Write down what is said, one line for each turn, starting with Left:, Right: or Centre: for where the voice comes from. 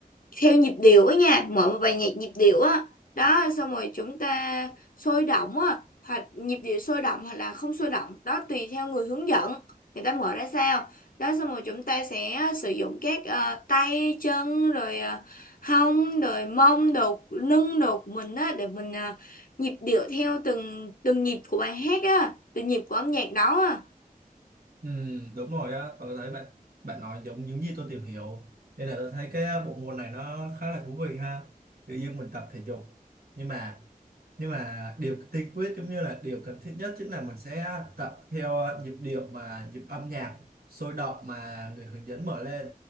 Left: theo nhịp điệu á nha mở một bài nhạc nhịp điệu á đó xong rồi chúng ta sôi động á hoặc nhịp điệu sôi động hoặc là không sôi động đó tùy theo người hướng dẫn người ta mở ra sao đó xong rồi chúng ta sẽ ờ, sử dụng các ờ, tay chân rồi ờ, hông rồi mông đồ lưng đồ của mình á để mình ờ, nhịp điệu theo từng từng nhịp của bài hát á từng nhịp của âm nhạc đó á
Right: Ừ, đúng rồi á, tôi thấy bạn bạn nói giống những gì tôi tìm hiểu nên là tôi thấy cái bộ môn này nó khá là thú vị ha. Tự nhiên mình tập thể dục nhưng mà nhưng mà điều tiên quyết giống như là điều cần thiết nhất chính là mình sẽ tập theo nhịp điệu mà nhịp âm nhạc sôi động mà người hướng dẫn mở lên